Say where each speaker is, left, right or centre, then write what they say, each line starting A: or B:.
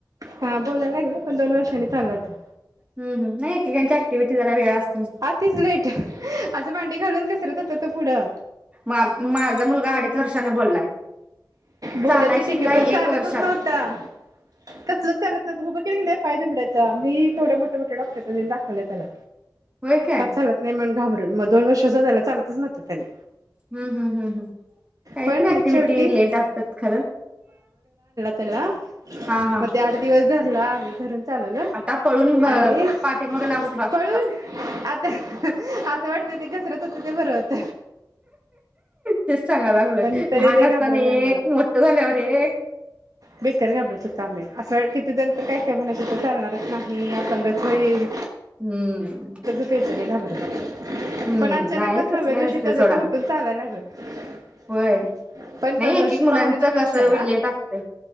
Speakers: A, on the right (about 55°); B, on the right (about 15°).
A: हा बोलायला लागले पण दोन वर्षांनी चालला तो.
B: हम हम्म नाही एकेकांची ऍक्टिव्हटी जरा वेळ अस
A: आतिच लेट असं डी घालून घसरत होतो तो पुढं
B: माझा मुलगा अडीच वर्षाने बोललाय
A: बोलायचं
B: चालाय
A: ठीक
B: शिकलाय
A: आहे पण चालतच
B: एक वर्षात.
A: नव्हता कसलंच चालत उभं केलं की पाय दुमडायचा. मी केवढ्या मोठया-मोठ्या डॉक्टरांकडे नेऊन दाखवलंय त्याला.
B: होय काय
A: <unintelligible> घाबरून मग दोन वर्षाचा झाला चालतच नव्हंत त्याने
B: हम् हम् हम् हम् काहीतर
A: पण
B: ऍक्टिव्हीटी
A: मग शेवटी
B: लेट असतात खरं
A: चला <unintelligible>
B: हा हा
A: मग ते आठ दिवस <unintelligible> आम्ही चालवलं
B: आता पळून मग
A: आणि
B: पाठीमाग लागून बास
A: पळून
B: होत असल?
A: आता <unintelligible> आज वाटत ते घसरत होत ते बर होत
B: तेच सांगालागलोय
A: पण तरी
B: लहान
A: लय
B: असताना
A: घाबरवलं
B: एक
A: आम्हाला
B: मोठ झाल्यावर एक <unintelligible>
A: बेकार <unintelligible> असं किती जण तर काय काय म्हणत होते चालणारच नाही अपंगच होईल?
B: हम्म
A: <unintelligible> घाबरत
B: हम्म
A: पण अचानकच
B: नाही तसं
A: नव्या
B: काय
A: दिवशी
B: नसते
A: तेजतो
B: सोडा
A: उठून चालायला लागला <inaudible>
B: होय
A: पण
B: नाही
A: दोन
B: एक
A: वर्ष
B: एक मुलांचं
A: पावणे दोन वर्षाला
B: कसं लेट असते